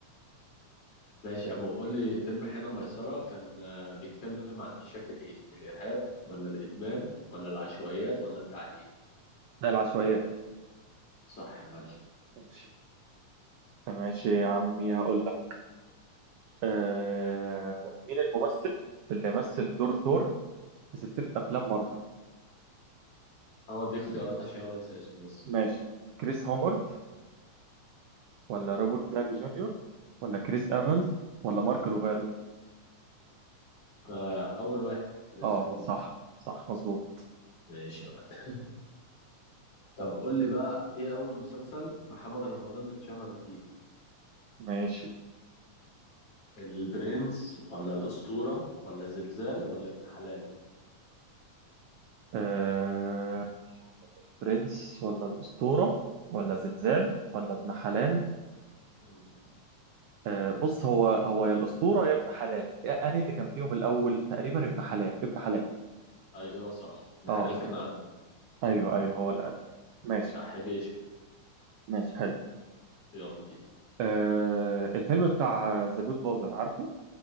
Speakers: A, on the left; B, on the right.
A: ماشي يا عم قول لي فيلم حين ميسرة كان آه، بيتكلم عن مشاكل ايه الارهاب ولا الادمان ولا العشوائيات ولا التعليم
B: <laughs> ده العشوائيات
A: صح يا معلم
B: ماشي ماشي يا عمي هقول لك آه... مين الممثل اللي مثل دور ثور في سلسلة أفلام مارفل
A: اه دي اختيارات عشان ما انسى اسمه بس
B: ماشي كريس هومورث ولا روبرت داني جونيور ولا كريس إيفانز ولا مارك روفالو
A: آه، أول واحد كريس
B: اه
A: رومرز
B: صح صح مظبوط
A: ماشي يا معلم طب قول لي بقى إيه أول مسلسل محمد رمضان اتشهر فيه
B: ماشي
A: البرنس ولا الأسطورة ولا زلزال ولا ابن حلال
B: آه... برنس ولا الأسطورة ولا زلزال ولا ابن حلال
A: مم.
B: آه، بص هو هو يا الأسطورة يا ابن حلال يا- أنهي اللي كان فيهم الأول تقريبا ابن حلال ابن حلال
A: أيوه صح ابن
B: اه
A: حلال كان أقدم
B: أيوه أيوه هو الأقدم ماشي
A: بتاع حبيشة
B: ماشي حلو
A: يلا بينا
B: آه الفيلم بتاع ذا جود فازر عارفه